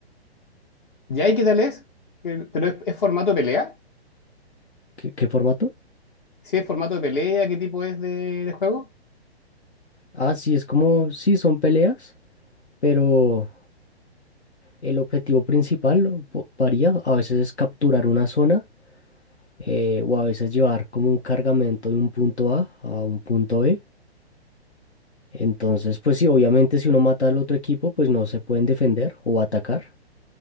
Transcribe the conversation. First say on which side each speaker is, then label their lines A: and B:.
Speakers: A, on the left; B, on the left.
A: ¿Ya y qué tal es? ¿Qué- ¿Pero es, es formato de pelea?
B: ¿Qué, qué formato?
A: ¿Sí es formato de pelea? ¿Qué tipo es de, de juego?
B: Ah, sí, es como... Sí, son peleas, pero el objetivo principal o po- varía. A veces es capturar una zona, eh, o a veces llevar como un cargamento de un punto A a un punto B. Entonces, pues sí, obviamente si uno mata al otro equipo, pues no se pueden defender o atacar.